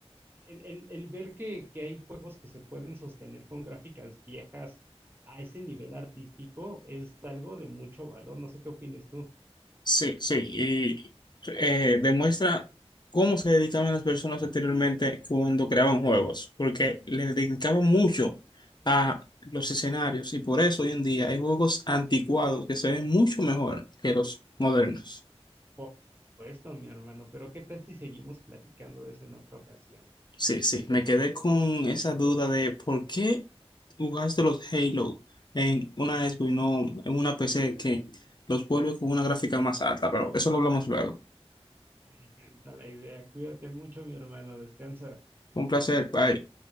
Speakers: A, on the right; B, on the left.
A: el, el- el ver que, que hay juegos que se pueden sostener con gráficas viejas a ese nivel artístico es algo de mucho valor. No sé qué opines tú.
B: Sí, sí, y eh, demuestra cómo se dedicaban las personas anteriormente cuando creaban juegos, porque le dedicaban mucho a los escenarios y por eso hoy en día hay juegos anticuados que se ven mucho mejor que los modernos.
A: Por supuesto, mi hermano, pero ¿qué tal si seguimos platicando de eso en otra ocasión?
B: Sí, sí, me quedé con esa duda de por qué jugaste los Halo en una Xbox y no en una PC que los vuelve con una gráfica más alta, pero eso lo hablamos luego.
A: Me encanta la idea. Cuídate mucho, mi hermano. Descansa.
B: Un placer, bye.